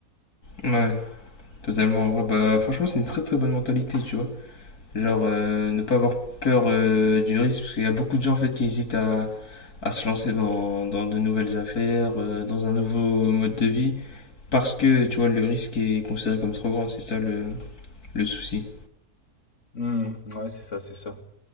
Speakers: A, on the left (about 80°); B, on the left (about 50°).
A: Ouais. Totalement, en vrai, bah, franchement, c'est une très très bonne mentalité, tu vois. Genre, euh, ne pas avoir peur euh, du risque, parce qu'il y a beaucoup de gens, en fait, qui hésitent à, à se lancer dans, dans de nouvelles affaires, euh, dans un nouveau mode de vie. Parce que, tu vois, le risque est considéré comme trop grand, c'est ça le, le souci.
B: Hmm, ouais, c'est ça, c'est ça.